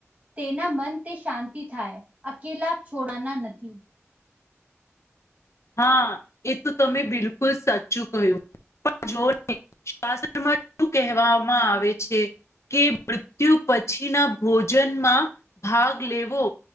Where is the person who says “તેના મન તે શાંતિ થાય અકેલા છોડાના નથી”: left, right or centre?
Right